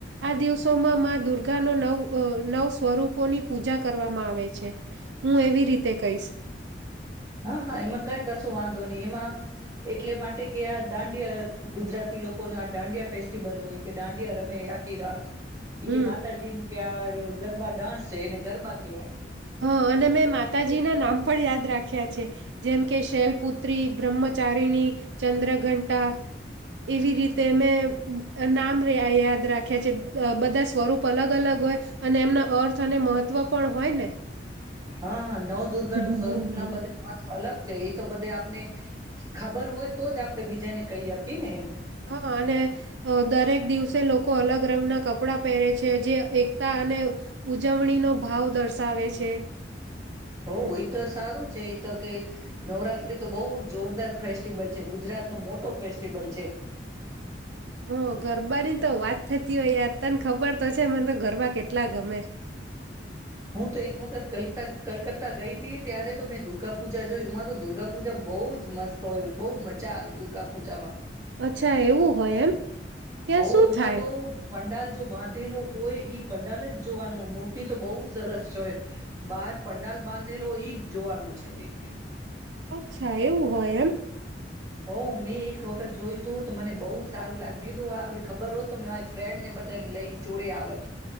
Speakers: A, on the right; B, on the right.
A: આ દિવસોમાં મા દુર્ગા ન નવ નવ સ્વરૂપોની પૂજા કરવામાં આવે છે. હું એવી રીતે કહીશ
B: હા હા એમાં કઈ કશો વાંધો નહી એમાં એટલે માટે કે આ દાંડિયા ગુજરાતી લોકો ન આ દાંડિયા ફેસ્ટિવલ હોય કે દાંડિયા રમે આકી રાત એ
A: હમ
B: કે માતાજી ન ત્યાં. ગરબા ડાન્સ છે એને ગરબા કેહેવાય કે
A: હા અને મેં માતાજી ના નામ પણ યાદ રાખ્યા છે. જેમ કે શૈલપુત્રી બ્રહ્મચારીણી, ચંદ્રઘંટા એવી રીતે મે મે નામ યાદ રાખ્યા છે બધા સ્વરૂપ અલગ-અલગ હોય અને એમના અર્થ અને મહવ તવ પણ હોય ને
B: હા હા નવદુર્ગા નુ
A: બરાબર.
B: સ્વરૂપ ના બધા મહત્વ અલગ છે. તો બધે આપને ખબર હોય તો જ આપણે બીજાને કહી હકીએ ને એમ ત
A: હા અને દરેક દિવસે લોકો અલગ રંગના કપડાં પહેરે છે જે એકતા અને ઉજવણીનો ભાવ દર્શાવે છે.
B: હો એ તો સારું છે એ તો કે નવરાત્રી તો બહુ જોરદાર ફેસ્ટિવલ છે ગુજરાત નો મોટો ફેસ્ટિવલ છે.
A: હ ગરબા રી. તો વાત થતી હોય યાર તને ખબર તો છે મને તો ગરબા કેટલા ગમે છ
B: હું તો એક વખત કલતા કલકત્તા ગઈ હતી ત્યારે તો મેં દુર્ગા પૂજા જોયમાં તો દુર્ગાપૂજા બઉજ મસ્ત હોય બહુ મજા આવે દુર્ગાપૂજામાં.
A: અચ્છા એવું હોય એમ. ત્યાં
B: હો
A: શું
B: હમાં
A: થાય
B: તો. પંડાલ જો બાંધેલો હોય ઈ પંડાલ જ જોવાનું હોય મૂર્તિ તો બહુ સરસ છે હોય બહાર પંડાલ બાંધેલો ઈ જ જોવાનું છે અ કે.
A: અચ્છા એવું હોય એમ.
B: હો મેં એક વખત જોયું તું તો મને બહુ સારું લાગ મે તું ખબર હોત તો મે મારી ફ્રેન્ડને બધાને લઈ જોડે આવત